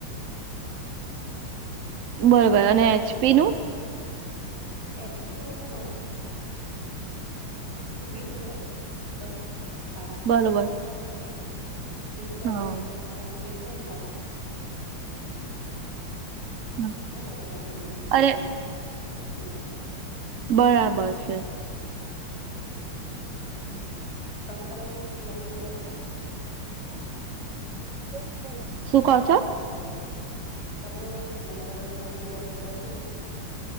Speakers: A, on the right; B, on the right.
A: <unintelligible>
B: બરોબર. અને એચપી નુ?
A: એચપી નું <unintelligible> સારું છે.
B: બરોબર
A: ચાલે. મસ્ત છે. <unintelligible> હીટ થાય
B: હા.
A: એ
B: હમ્મ.
A: સારું
B: અરે
A: <unintelligible> <unintelligible> ઓ <inaudible>
B: બરાબર છે.
A: હમ. તમે પેલા કોઈ લેપટોપ યુઝ કરેલું છે. <inaudible>
B: <inaudible> શું કહો છો.
A: તમે લેતા પેલા તમારી જોડે લેપટોપ હતું